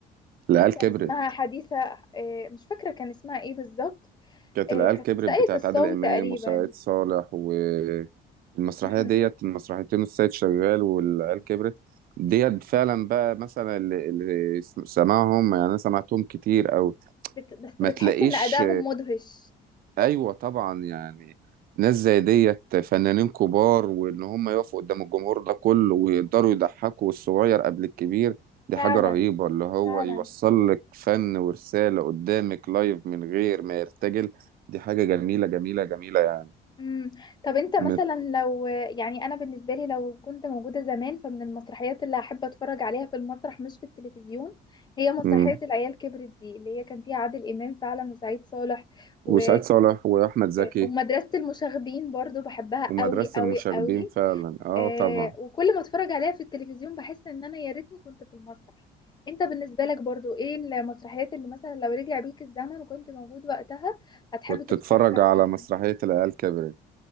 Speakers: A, on the right; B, on the left.
A: العيال
B: كان
A: كبرت
B: اسمها حديثة آه، مش فاكرة كان اسمها ايه بالظبط
A: كانت
B: آه،
A: العيال
B: كانت
A: كبرت
B: في ساقية
A: بتاعت
B: الصاوي
A: عادل امام
B: تقريبا
A: وسعيد صالح والمسرحيه
B: امم
A: ديت المسرحيتين السيد شغال والعيال كبرت ديت فعلا بقى مثلا اللي, اللي سمعهم يعني انا سمعتهم كتير او
B: بت... بس
A: ما تلاقيش
B: بتحس ان ادائهم مدهش
A: ايوه طبعا يعني ناس زي ديت فنانين كبار وان هم يقفوا قدام الجمهور ده كله ويقدروا يضحكوا الصغير قبل الكبير دي
B: فعلا
A: حاجة رهيبة اللي هو
B: فعلا
A: يوصل لك فن ورسالة قدامك لايف من غير ما يرتجل دي حاجة جميلة جميلة جميلة يعني
B: امم طب انت مثلا
A: مت...
B: لو يعني انا بالنسبه لي لو كنت موجوده زمان فمن المسرحيات اللي احب اتفرج عليها في المسرح مش في التلفزيون هي مسرحيه
A: مم.
B: العيال كبرت دي اللي هي كان فيها عادل امام فعلا وسعيد صالح و...
A: وسعيد صالح وأحمد زكي
B: ومدرسه المشاغبين برضو بحبها
A: ومدرسة
B: قوي قوي
A: المشاغبين
B: قوي
A: فعلا اه
B: آه
A: طبعا
B: وكل ما اتفرج عليها في التلفزيون بحس ان انا يا ريتني كنت في المسرح انت بالنسبة لك برضو ايه المسرحيات اللي مثلا لو رجع بيك الزمن وكنت موجود وقتها هتحب
A: كنت
B: تتفرج
A: اتفرج
B: عليها
A: على مسرحية العيال كبرت